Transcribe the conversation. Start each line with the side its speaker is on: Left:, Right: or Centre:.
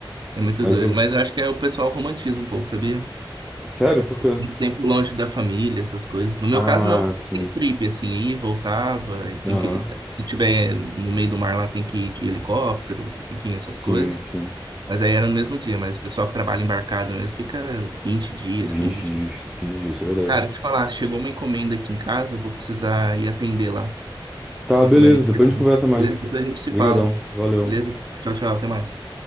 Right: É muito
Centre: Mas
Right: doido,
Centre: eu...
Right: mas eu acho que é o pessoal romantiza um pouco, sabia?
Centre: Sério, por quê?
Right: Muito tempo longe da família, essas coisas. No meu
Centre: Ah,
Right: caso, não,
Centre: sim.
Right: tem trip, assim, aí voltava, e tem
Centre: Aham.
Right: que, se tiver no meio do mar lá, tem que ir de helicóptero, enfim, essas
Centre: Sim,
Right: coisas.
Centre: sim.
Right: Mas aí era no mesmo dia, mas o pessoal que trabalha embarcado mesmo fica vinte dias,
Centre: 20
Right: 15 dias.
Centre: dias, quinze dias, isso é verdade.
Right: Cara, deixa eu falar, chegou uma encomenda aqui em casa, vou precisar ir atender lá.
Centre: Tá,
Right: Uma
Centre: beleza.
Right: encomenda importante.
Centre: Depois a gente conversa mais.
Right: Beleza? Depois a gente se
Centre: Obrigadão.
Right: fala.
Centre: Valeu.
Right: Beleza? Tchau, tchau, até mais.